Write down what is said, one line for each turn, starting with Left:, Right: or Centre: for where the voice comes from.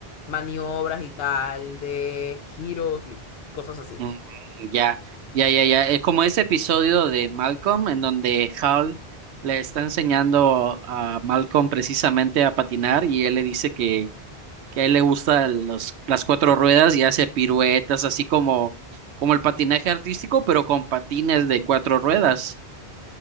Left: maniobras y tal, de giros y cosas así.
Right: Mm, ya, ya, ya, ya. Es como ese episodio de Malcolm en donde Hal le está enseñando a Malcolm precisamente a patinar y él le dice que, que a él le gustan los, las cuatro ruedas y hace piruetas, así como, como el patinaje artístico, pero con patines de cuatro ruedas.